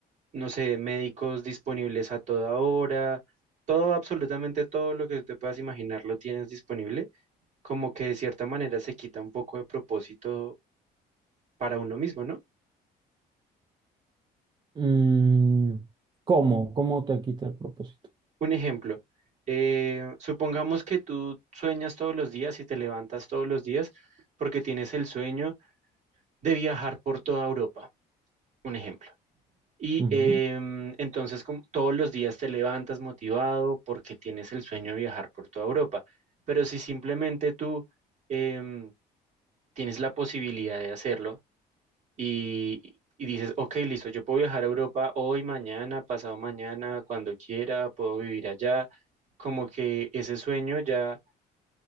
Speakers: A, on the right (about 45°); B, on the right (about 25°).
A: no sé, médicos disponibles a toda hora, todo, absolutamente todo lo que te puedas imaginar lo tienes disponible, como que de cierta manera se quita un poco de propósito para uno mismo, ¿no?
B: Mm, ¿cómo? ¿Cómo te quita el propósito?
A: Un ejemplo, eh, supongamos que tú sueñas todos los días y te levantas todos los días porque tienes el sueño de viajar por toda Europa, un ejemplo. Y
B: Ujú.
A: em, entonces como todos los días te levantas motivado porque tienes el sueño de viajar por toda Europa. Pero si simplemente tú em, tienes la posibilidad de hacerlo y, y dices, ok, listo, yo puedo viajar a Europa hoy, mañana, pasado mañana, cuando quiera, puedo vivir allá, como que ese sueño ya,